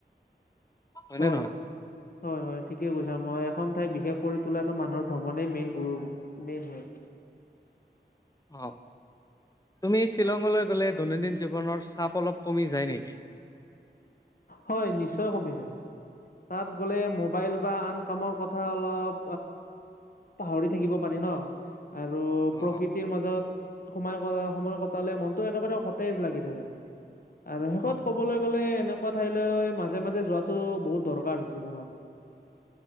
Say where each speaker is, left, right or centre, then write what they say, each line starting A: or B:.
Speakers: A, on the left (about 20°); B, on the left (about 55°).
A: হয়নে
B: হয়।
A: নহয়?
B: হয় হয় ঠিকে কৈছা মই এখন ঠাই বিশেষ কৰি তোলাটো মানুহৰ ভ্ৰমণেই মেইন গুৰু মেইন হয় <inaudible>
A: অহ। তুমি শ্বিলঙলৈ গলে দৈনন্দিন জীৱনৰ চাপ অলপ কমি যায় নেকি?
B: হয় নিশ্চয় কমি যায়। তাত গলে মোবাইল বা আন কামৰ কথা অলপ পাহৰি থাকিব পাৰি। ন আৰু
A: অ
B: প্ৰকৃতিৰ মাজত। সোমাই ক সময় কটালে মনতটো একেবাৰে সতেজ লাগি থাকে আৰু শেষত
A: অ
B: ক। গলে এনেকুৱা ঠাইলৈ মাজে মাজে যোৱাাতটো বহুত দৰকাৰ জীৱনত।